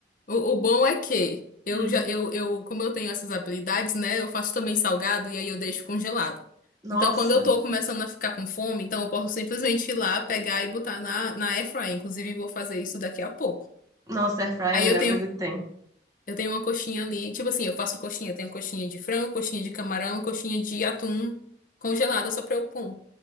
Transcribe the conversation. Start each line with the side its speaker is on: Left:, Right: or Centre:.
Left: O, o bom é que eu
Right: hum,
Left: já, eu, eu, como eu tenho essas habilidades, né? Eu faço também salgado e aí eu deixo congelado.
Right: nossa.
Left: Então, quando eu tô começando a ficar com fome, então eu posso simplesmente ir lá, pegar e botar na, na airfryer. Inclusive, vou fazer isso daqui a pouco.
Right: Nossa, airfryer
Left: Aí
Right: é a melhor
Left: eu tenho
Right: coisa que tem.
Left: Eu tenho uma coxinha ali. Tipo assim, eu faço coxinha. Eu tenho coxinha de frango, coxinha de camarão, coxinha de atum congelada só pra eu pum.